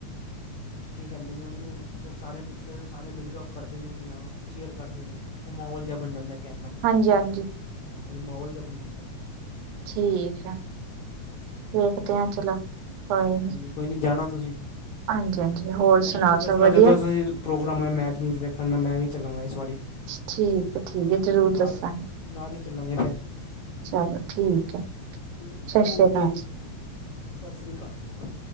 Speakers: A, on the left (about 80°); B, on the right (about 85°).
A: ਕੀ ਕਹਿੰਦੇ ਨੇ ਉਹਨੂੰ ਜਦ ਸਾਰੇ ਜਦ ਸਾਰੇ ਮਿਲ ਕੇ ਉਹ ਕਰਦੇ ਨੇ ਕਿ ਹਾਂ ਚੇਅਰ ਕਰਦੇ ਨੇ ਉਹ ਮਾਹੌਲ ਜਿਹਾ ਬਣ ਜਾਂਦਾ ਕਹਿਣ ਦਾ ਮਤਲਬ
B: ਹਾਂਜੀ-ਹਾਂਜੀ
A: ਹਾਂ ਉਹ ਮਹੋਲ ਜਹਾ ਬਣ ਜਾਂਦੇ
B: ਠੀਕ ਆ ਵੇਖਦੇ ਆ ਚਲੋ ਕੋਈ
A: ਹਾਂਜੀ
B: ਨੀ
A: ਕੋਈ ਨਹੀਂ ਜਾਣਾ ਤੁਸੀਂ
B: ਹਾਂਜੀ-ਹਾਂਜੀ ਹੋਰ
A: ਮੈਨੂੰ
B: ਸੁਣਾਓ
A: ਵੀ ਦੱਸਣਾ
B: ਸਭ ਵਧੀਆ?
A: ਜਦੋਂ ਤੁਸੀਂ। ਪ੍ਰੋਗਰਾਮ ਹੋਇਆ ਮੈਚ ਮੂਚ ਵੇਖਣ ਦਾ ਮੈਂ ਵੀ ਚੱਲਾਂਗਾ ਇਸ ਵਾਰੀ।
B: ਠੀਕ-ਠੀਕ
A: ਹਾਂ
B: ਹੈ ਜਰੂਰ
A: ਨਾਲ
B: ਦੱਸਾਂਗੇ
A: ਨਾਲ ਹੀ ਚੱਲਾਂਗੇ ਫੇਰ
B: ਚਲੋ ਠੀਕ ਹੈ
A: ਠੀਕ
B: ਸਤਿ ਸ੍ਰੀ
A: ਓਕੇ
B: ਅਕਾਲ ਜੀ।
A: ਸਤਿ ਸ਼੍ਰੀ ਅਕਾਲ।